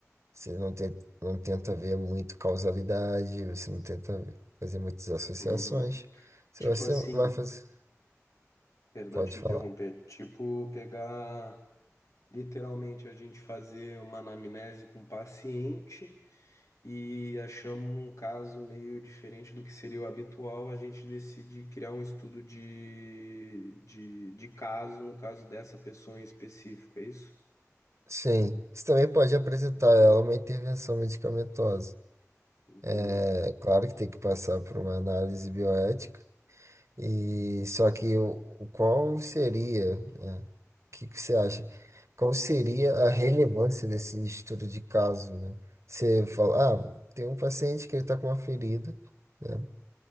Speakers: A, on the right; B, on the left.
A: Você não, te- não tenta ver muito causalidade, você não tenta fazer muitas associações.
B: Uhum.
A: Se
B: Tipo
A: você
B: assim,
A: vai fazer,
B: Perdão
A: pode
B: te interromper.
A: falar.
B: Tipo, pegar literalmente a gente fazer uma anamnese com o paciente e achamos um caso meio diferente do que seria o habitual, a gente decide criar um estudo de, de, de caso, no caso dessa pessoa em específico, é isso?
A: Sim, você também pode apresentar
B: Entendi.
A: a ela uma intervenção medicamentosa.
B: Entendi.
A: É claro que tem que passar por uma análise bioética, e só que o, o qual seria, né? O que que você acha? Qual seria a relevância desse estudo de caso, né? Você fala, ah, tem um paciente que ele está com uma ferida. né?